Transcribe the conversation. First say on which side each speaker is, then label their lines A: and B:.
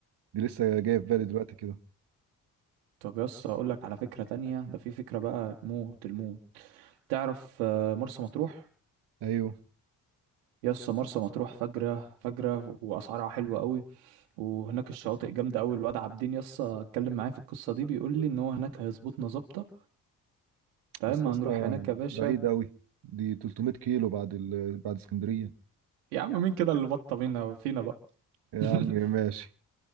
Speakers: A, on the right (about 55°); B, on the right (about 80°).
A: دي لسه جاية في بالي دلوقتي كده
B: طب يس اقول لك على فكرة تانية ده في فكرة بقى موت الموت تعرف آه، مرسى مطروح
A: أيوه
B: يس مرسى مطروح فجرة فجرة واسعارها حلوة قوي وهناك الشواطئ جامدة قوي الواد عابدين يس اتكلم معايا في القصة دي بيقول لي ان هو هناك هيظبطنا ظابطة فاما
A: بس يا اسطى
B: هنروح هناك يا باشا
A: بعيد أوي دي 300 كيلو بعد ال... بعد اسكندرية
B: يا عم مين كده اللي بطة بينا فينا بقى
A: يا
B: <laughs>
A: عم ماشي